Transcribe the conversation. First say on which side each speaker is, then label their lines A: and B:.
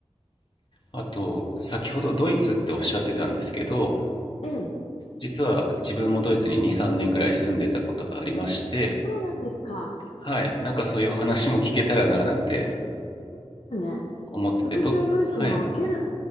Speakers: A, on the left (about 45°); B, on the left (about 65°).
A: あと、先ほどドイツっておっしゃってたんですけど、
B: ええ
A: 実は自分もドイツに2、3年ぐらい住んでたことがありまして、
B: そうなんですか。
A: はい、なんかそういうお話も聞けたらななんて
B: 奇遇ですね。
A: 思ってて、
B: 私はドイツのケルンっ
A: ど、はい、